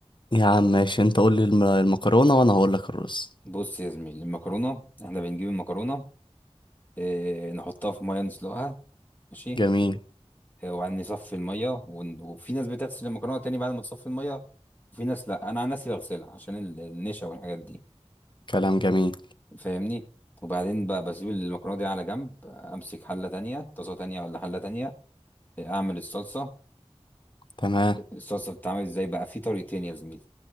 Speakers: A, on the left; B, on the left.
A: يا عم ماشي انت قول لي الم- المكرونة وانا هقول لك الرز
B: بص يا زميلي المكرونه احنا بنجيب المكرونه اه نحطها في ميه نسلقها ماشي
A: جميل
B: اه وبعدين نصفي الميه ون- وفي ناس بتغسل المكرونه تاني بعد ما تصفي الميه وفي ناس لا انا عن نفسي بغسلها عشان ال- النشا والحاجات دي
A: كلام جميل
B: فاهمني وبعدين بقى بسيب المكرونه دي على جنب امسك حله تانية طاسه تانية ولا حله تانية اعمل الصلصه
A: تمام
B: الصلصه بتتعمل ازاي بقى في طريقتين يا زميلي